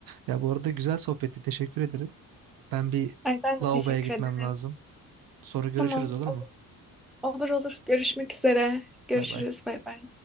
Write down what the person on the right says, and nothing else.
Ya bu arada güzel sohbetti. Teşekkür ederim. Ben bir
lavaboya
gitmem
lazım. Sonra görüşürüz
olur
mu?
Bay bay.